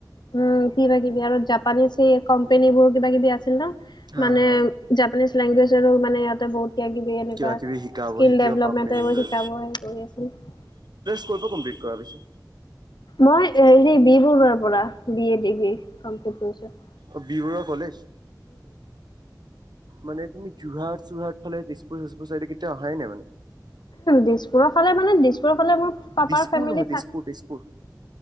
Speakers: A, on the left; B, on the right.
A: উ কিবা কিবি আৰু জাপানীজ এই কোম্পানী বোৰ কিবা কিবি আছিল নহ
B: হা
A: মানে
B: হা
A: জাপানীজ লেংগুৱেজৰ মানে ইয়াতে বহুত কিবা কিবি এনেকুৱা
B: কিবা কিবি শিকাব
A: স্কিল
B: শিকিব
A: ডেভলমেন্ট
B: পাম মেলিমগৈ
A: এইবোৰ শিকাব সেইকাৰণে বহি আছোঁ।
B: হৈ গল কমপ্লিট কৰা পিছে
A: মই হে বি বৰুৱাৰ পৰা বি এ ডিগ্ৰী কমপ্লিট কৰিছোঁ।
B: অ বি বৰুৱা কলেজ মানে তুমি যোৰহাট চোৰহাট ফালে তেজপুৰ -চেজপুৰ চাইডে কেতিয়াও অহাই নাই মানে।
A: দিছপুৰৰ ফালে মানে দিছপুৰৰ ফালে মোৰ পাপাৰ
B: দিছপুৰ
A: ফেমিলি
B: নহয় তেজপুৰ
A: থাক
B: তেজপুৰ